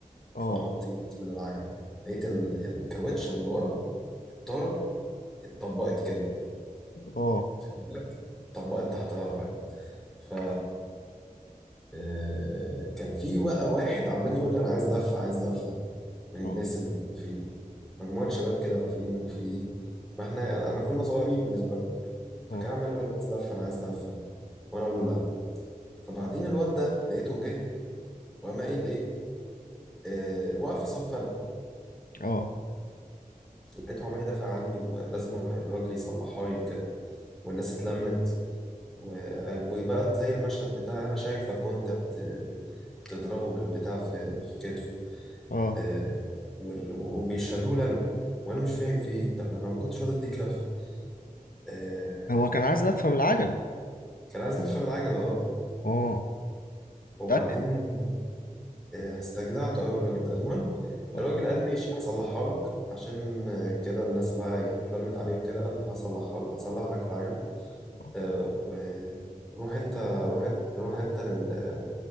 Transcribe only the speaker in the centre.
فنطيت من العجل لقيت ال... الكاوتشه اللي ورا الطاره اتطبقت كده
خد بالك اتطبقت تحت العربيه ف آه، كان في بقى واحد عمال يقول لي انا عايز لفه عايز لفه من الناس
اللي واقفين مجموعه شباب كده واقفين وفي واحنا انا كنا صغيرين بالنسبه لهم فكان
عمال يقول لي انا عايز لفه انا عايز لفه وانا اقول له لا فبعدين الواد ده لقيته جه وقام قايل ايه آه واقف في صف انا
لقيته عمال يدافع عني ولازم الراجل يصلحها لي وكده والناس اتلمت و- وبقى زي المشهد بتاع انا شايفك وانت بت- بتضربه بالبتاع في في كتفه
آه، وال- وبيشهدوه لنا وانا مش فاهم في ايه طب انا ما كنتش راضي اديك لفه آه،
كان عايز لفه بالعجله اه
وبعدين
آه، استجدعته أوي الراجل ده المهم
الراجل قال ماشي هصلحها لك عشان آه، كده الناس بقى إيه اتلمت عليه وكده قال هصلحها لك هصلح لك العجل
آه، وروح أنت روح أنت روح أنت لل-